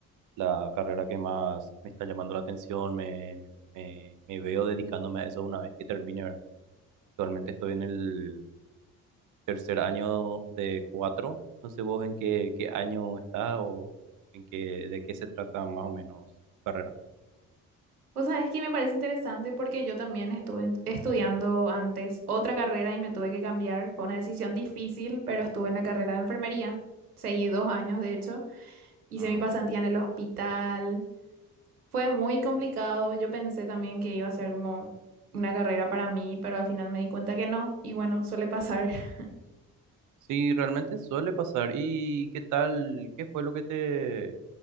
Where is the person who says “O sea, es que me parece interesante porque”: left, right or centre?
Right